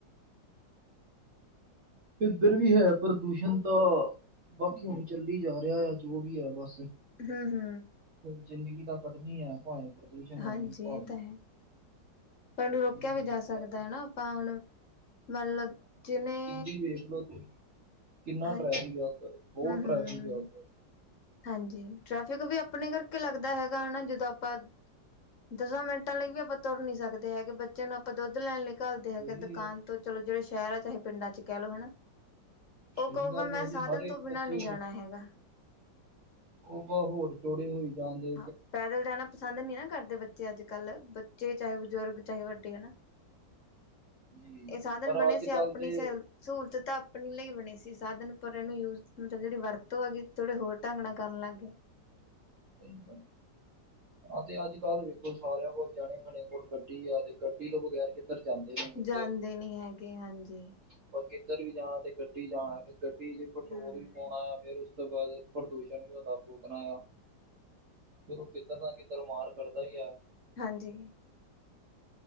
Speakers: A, on the right; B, on the left.
A: ਇੱਧਰ ਵੀ ਹੈ ਪ੍ਰਦੂਸ਼ਣ ਤਾਂ ਬਾਕੀ ਹੁਣ ਚੱਲੀ ਜਾ ਰਿਹਾ ਆ, ਜੋ ਵੀ ਹੈ ਬਸ
B: ਹੂ ਹੂ
A: ਜ਼ਿੰਦਗੀ ਦਾ ਕਟਨੀ ਹੀ ਹੈ, ਭਾਵੇਂ ਪ੍ਰਦੂਸ਼ਣ ਹੋਏ
B: ਹਾਂਜੀ
A: ਭਾਵੇਂ
B: ਇਹ ਤਾਂ ਹੈ ਆਪੈ ਨੂੰ ਰੋਕਿਆ
A: ਹਮ
B: ਵੀ ਜਾ ਸਕਦਾ
A: ਬਾਕੀ
B: ਹੈ, ਆਪਾਂ ਹੁਣ ਮਤਲਬ ਜਿੰਨੇ
A: ਜੀ ਵੇਖ ਲੋ, ਕਿੰਨਾ
B: ਹਾਂਜੀ
A: ਟ੍ਰੈਫਿਕ ਆ ਉੱਧਰ, ਬਹੁਤ
B: ਹੂੰ ਹੂੰ
A: ਟ੍ਰੈਫਿਕ ਆ ਉਧਰ
B: ਹਾਂਜੀ ਟ੍ਰੈਫਿਕ ਵੀ ਆਪਣੇ ਕਰਕੇ ਲੱਗਦਾ ਹੈਗਾ ਹਨਾ ਜਦੋਂ ਆਪਾਂ ਦਸਾਂ ਮਿੰਟ ਟਾਂ ਲਈ ਵੀ ਆਪਾਂ ਤੁਰ ਨੀ ਸਕਦੇ ਹੈਗੇ, ਬੱਚੇ ਨੂੰ ਆਪਾਂ ਦੁੱਧ ਲੈਣ ਲਈ ਘਲਦੇ ਹੈਗੇ
A: ਉਹੀ
B: ਦੁਕਾਨ ਚਲੋ ਜਿਹੜੇ ਸ਼ਹਿਰ ਚਾਹੇ ਪਿੰਡਾਂ ਚ ਕਹਿ ਲੋ ਹੈਨਾ ਉਹ
A: ਸਹੀ
B: ਕਹੂਗਾ
A: ਗੱਲ
B: ਮੈਂ
A: ਹੈ ਜੀ
B: ਸਾਧਨ
A: ਹਰ ਇੱਕ
B: ਤੋਂ ਬਿਨਾਂ
A: ਬੱਚੇ
B: ਨਹੀਂ ਜਾਣਾ ਹੈਗਾ
A: ਉਹ ਬ ਹੋਰ ਜੋੜੀ ਹੋਈ ਜਾਣ ਦੇ
B: ਹਾਂ ਪੈਦਲ ਜਾਣਾ ਪਸੰਦ ਨਹੀਂ ਨਾ ਕਰਦੇ, ਬੱਚੇ ਅੱਜ ਕੱਲ੍ਹ ਬ ਜੇ ਚਾਹੇ ਬਜ਼ੁਰਗ ਚਾਹੇ ਵੱਡੇ ਹੈਨਾ,
A: ਜੀ।
B: ਇਹ ਸਾਧਨ
A: ਪਰ
B: ਬਣੇ
A: ਅੱਜ
B: ਸੀ ਆਪਣੀ
A: ਕੱਲ ਤੇ
B: ਸ ਸਹੂਲਤ ਤਾਂ ਆਪਣੀ ਲਈ ਬਣੀ ਸੀ ਸਾਧਨ, ਪਰ ਇਹ ਨੂੰ ਯੂਜ ਮਤਲਬ ਜਿਹੜੀ ਵਰਤੋਂ ਆ ਗਈ ਥੋੜੇ ਹੋਰ ਢੰਗ ਨਾਲ ਕਰਨ ਲੱਗ ਗਏ
A: ਸਹੀਦਾ <unintelligible> ਹਾਂ ਤੇ ਅੱਜ ਕੱਲ੍ਹ ਦੇੇਖੋ ਸਾਰਿਆਂ ਕੋਲ ਜਾਣੇ ਖਣੇ ਕੋਲ ਗੱਡੀ ਆ, ਤੇ ਗੱਡੀ ਤੋਂ ਬਗੈਰ ਕਿ ਉੱਧਰ ਜਾਂਦੇ ਨੇ ਬੰਦੇ
B: ਜਾਂਦੇ ਨੀ ਹੈਗੇ ਹਾਂਜੀ।
A: ਪਰ ਕਿੱਧਰ ਵੀ ਜਾਣਾ ਤੇ ਗੱਡੀ ਜਾਣਾ, ਗੱਡੀ ਚ ਪੈਟਰੋਲ
B: ਹੂੰ
A: ਵੀ ਫੋਨ ਆਯਾ ਫੇਰ ਉਸ ਤੋਂ ਬਾਅਦ ਪ੍ਰਦੂਸ਼ਣ ਵੀ ਔਦਾ ਫੂਕਣਾ ਆ ਫਿਰ ਉਹ ਕਿਧਰ ਨਾ ਕਿਧਰ ਮਾਰ ਕਰਦਾ ਹੀ ਹੈ
B: ਹਾਂਜੀ